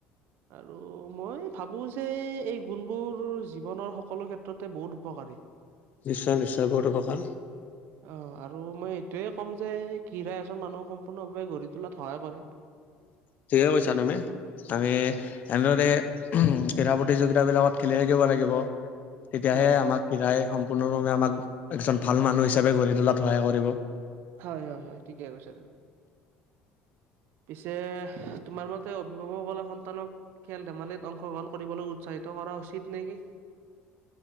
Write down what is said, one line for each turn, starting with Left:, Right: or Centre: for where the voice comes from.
Right: আৰু মই ভাবোঁ যে এই গুণবোৰ জীৱনৰ সকলো ক্ষেত্ৰতে বহুত উপকাৰী।
Left: নিশ্চয় নিশ্চয়, বহুতো শাসন।
Right: অ' আৰু মই এইটোৱে ক'ম যে ক্ৰীড়া এজন মানুহক সম্পূৰ্ণভাৱে গঢ়ি তোলাত সহায় কৰে।
Left: ঠিকে কৈছা তুমি। আমি এনেদৰে ক্ৰীড়াই প্ৰতিযোগিতাবিলাকত খেলি থাকিব লাগিব। তেতিয়াহে
Right: হয়, হয়,
Left: আমাক ক্ৰীড়াই সম্পূৰ্ণৰূপে আমাক এজন ভাল মানুহ হিচাপে গঢ়ি তোলাত সহায় কৰিব।
Right: হয় হয় হয়, ঠিকেই কৈছা তুমি। পিছে তোমাৰ মতে অভিভাৱকসলে সন্তানক খেল ধেমালিত অংশগ্ৰহণ কৰিবলৈ উৎসাহিত কৰা উচিত নে কি?